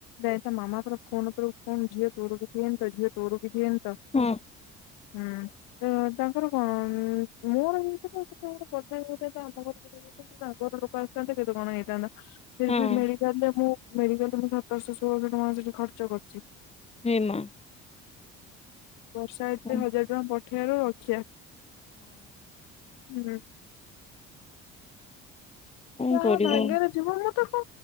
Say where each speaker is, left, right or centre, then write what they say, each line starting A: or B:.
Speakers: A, on the left; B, on the left.
A: ଦାଇତ୍ବ ମାମା ପୁରା ଫୋନ୍ ଉପରେ ଫୋନ୍ ଝିଅ ତୋର କିଛି ହେଇନି ତ ଝିଅ ତୋର କିଛି ହେଇନି। ତ
B: ହଁ
A: ହୁଁ ତ ତା ତୋର କଣ ଉଁ ମୋର ଏମିତି ସେମିତି କେହିବି <unintelligible> ଙ୍କ ଘର ଲୋକ ଆସିଥାନ୍ତେ କେତେ କଣ ହେଇଥାନ୍ତା ଫିର୍
B: ହଁ
A: ବି ମେଡିକାଲ ରେ ମୁଁ ମେଡିକାଲରେ ମୁଁ ସତରଶହ ଷୋଳଶହ ଟଙ୍କା ସେଠି ଖର୍ଚ୍ଚ କରିଚି।
B: ଏମା।
A: ବର୍ଷା ଏତେ
B: ହଁ
A: ହଜାର ଟଙ୍କା ପଠେଇବାରୁ ରକ୍ଷା ହୁଁ।
B: କଣ
A: ଯାହା
B: କରିବ?
A: ଭାଗ୍ୟରେ ଯିବ ମତେ କଣ